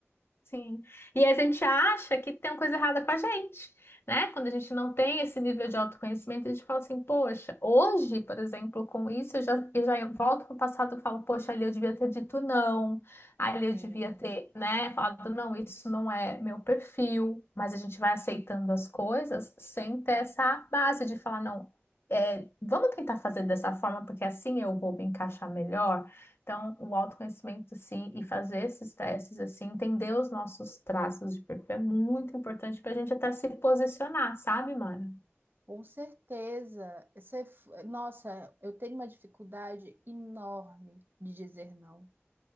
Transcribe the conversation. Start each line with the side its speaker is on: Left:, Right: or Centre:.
Left: sim. E a gente acha que tem uma coisa errada com a gente, né? Quando a gente não tem esse nível de autoconhecimento, a gente fala assim, poxa, hoje, por exemplo, com isso, eu já, eu já volto pro passado e falo, poxa, ali eu devia ter dito não, ali eu
Right: Sim,
Left: devia ter, né, falado, não, isso não é meu perfil, mas a gente vai aceitando as coisas sem ter essa base de falar, não, é, vamos tentar fazer dessa forma, porque assim eu vou me encaixar melhor. Então, o autoconhecimento, sim, e fazer esses testes, assim, entender os nossos traços de perfil é muito importante para a gente até se posicionar, sabe, Mara?
Right: com certeza. Você, f- nossa, eu tenho uma dificuldade enorme de dizer não.